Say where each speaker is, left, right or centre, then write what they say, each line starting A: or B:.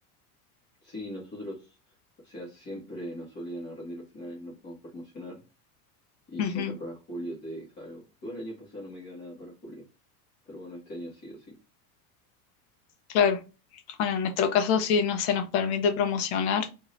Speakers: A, on the left (about 20°); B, on the left (about 50°).
A: Sí, nosotros, o sea, siempre nos obligan a rendir los finales, no podemos promocionar y
B: Ujú,
A: siempre para julio te deja algo. Igual el año pasado no me quedó nada para julio, pero bueno, este año sí o sí.
B: claro. Bueno, en nuestro caso sí no se nos permite promocionar